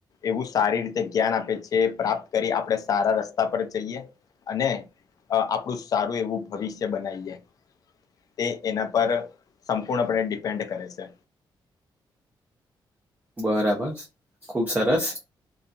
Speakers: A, on the left; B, on the right.
A: એવું સારી રીતે જ્ઞાન આપે છે, પ્રા કરી આપણે સારા રસ તા પર જઈએ અને અ આપણું સારું એવું ભવિષ્ય બનાવીએ તે એના પર સંપૂર્ણપણે ડિપેન્ડ કરે છે.
B: બરાબર ખુબ સરસ